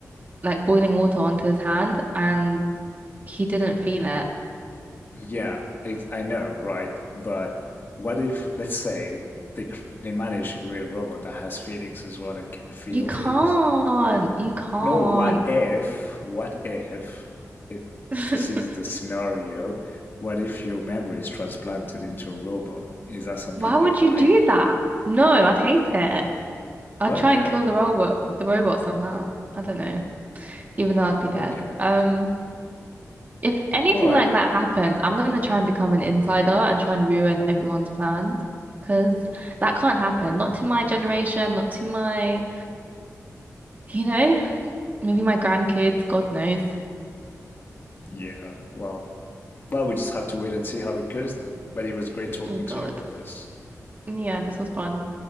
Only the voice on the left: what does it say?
yeah i know right but what if let's say they they manage to create a robot that has feelings as well and can feel
things
No, what if, what if it,
this is the scenario? What if your memory is transplanted into a robot? Is that something
you'd
like?
Okay,
okay.
All right.
Yeah, well, well, we just have to wait and see how it goes then. But it was great talking
to you about this.